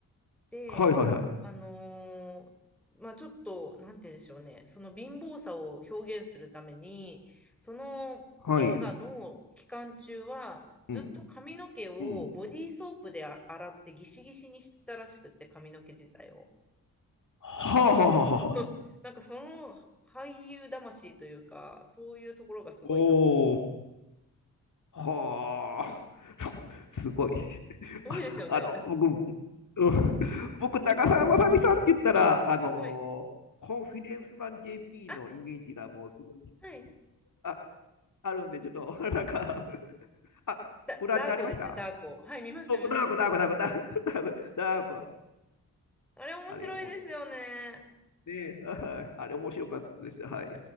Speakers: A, in the centre; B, on the left.
A: で、
B: はいはいはい。
A: あのーまあ、ちょっと、なんて言うんでしょうね、その貧乏さを表現するために、その映画の期間中は、
B: はい。
A: ずっと髪の毛をボディーソープであ洗ってギシギシにしてたらしくって、
B: うん。うん。
A: 髪の毛自体を。
B: はあはあはあはあ。
A: <laughs> なんかその俳優魂というか、そういうところがすごいなと思います。
B: おー。
A: す
B: はあ、<laughs> そすごい。<laughs>
A: ごいですよね。
B: あ、あの、僕、うん僕、長澤まさみさんって言ったら、あのーコンフィデンスマン
A: はい。
B: JP
A: あ、
B: のイメージがもうすごい、
A: はい。
B: あ、あるんで、ちょっと、<laughs> なんか、あ、
A: だ、
B: ご覧になりました
A: ダーコですね、ダーコ。はい、見ました、
B: そうそう、
A: 見ました。
B: ダー子、ダー子、ダー子、ダー子、ダー子、
A: あれ面白いですよね。
B: あれ、重い。ね、はいあれ、面白かったです。はい。